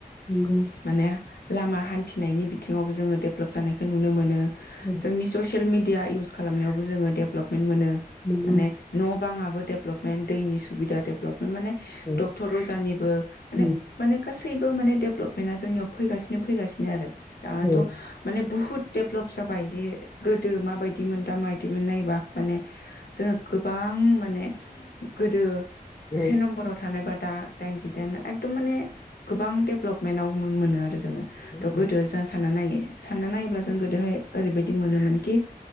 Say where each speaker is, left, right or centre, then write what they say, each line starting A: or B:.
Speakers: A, on the left (about 25°); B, on the left (about 80°).
A: नंगौ
B: माने लामा हान्थिनायनि बिथिङावबो जोङो डेभलप जानायखौ नुनो मोनो
A: औ
B: जोंनि ससियेल मिडिया इउस खालामनायावबो जोङो डेभेलप मोनो
A: नंगौ
B: माने न बां आ डेभेलपमेन्ट दैनि सुबिदा डेभेलपमेन्ट माने
A: औ
B: डक्टर अजानिबो माने
A: उम
B: माने गासैबो माने डेभलपमेन्टआ जोंनियाव फैगासिनो फैगासिनो आरो दाथ'
A: औ
B: माने बु डेभलप जाबाय जे गोदो माबायदि मोन दा माबायदिमोन नायोबा माने जोङ गोबां माने गोदो
A: औ
B: से नमबर मबा दा दाइन जि दाइन एकदम माने गोबां डेभेलपमेन्टाव मोनो आरो जोङो
A: औ
B: थ' गोदो जों सानना नायो सानना नायोब्ला जों गोदोहाय ओरैबायदि मोनोमोन खि